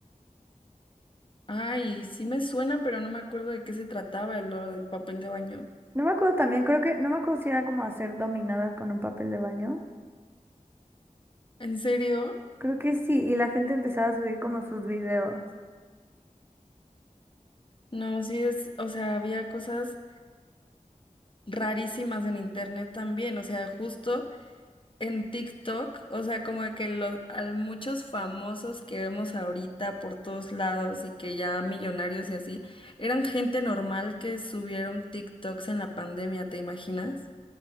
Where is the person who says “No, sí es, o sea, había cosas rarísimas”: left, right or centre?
Left